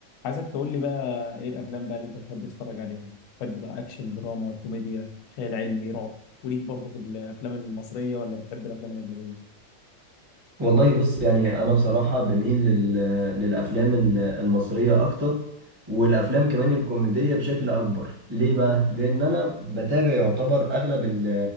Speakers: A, on the left; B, on the right.
A: عايزك تقول لي بقى ايه الافلام بقى اللي انت بتحب تتفرج عليها بتحب بقى اكشن دراما كوميديا خيال علمي رعب وليك برضه في الافلام المصريه ولا بتحب الافلام الاجنبيه
B: والله بص يعني انا بصراحه بميل لل... للافلام ال- المصريه اكتر والافلام كمان الكوميديه بشكل اكبر ليه بقى لان انا بتابع يعتبر اغلب ال...